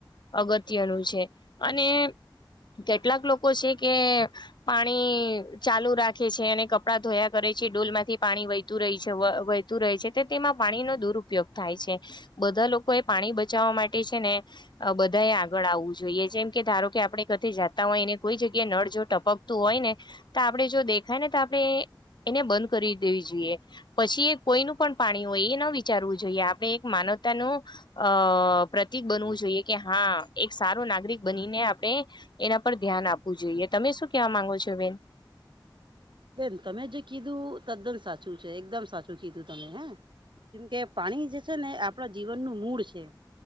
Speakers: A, on the left; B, on the right.
A: અગત્યનું છે, અને કેટલાક લોકો છે કે પાણી ચાલુ રાખે છે અને કપડા ધોયા કરે છે ડોલ માંથી પાણી વહેતું રહી છે વ તું રહે છે તો તેમાં પાણીનો દુરપયોગ થાય છે બધા લોકો એ પાણી બચાવવા માટે છે ને બધાએ આગળ આવવું જોઈએ જેમ કે ધારો કે આપણે કથે જાતા હોયને કોઈ જગ્યાએ નડ જો ટપ તું હોય ને તો આપણે જો દેખાય ને તો આપણે એને બંધ કરી દેવી જોઈએ. પછી એ કોઈનું પણ પાણી હોય એ ન વિચારવું જોઈએ આપણે એક માનવતાનું. અ પ્રતિક બનવું જોઈએ કે હા એક સારું નાગરિક બનીને આપણે એના પર ધ્યાન આપવું જોઈએ તમે શું કેવા માંગો છો બેન?
B: બેન તમે જે કીધું તદ્દન સાચું છે, એકદમ સાચું કીધું તમે હે કેમકે પાણી જે છે ને એ આપણા જીવનનું મૂળ છે.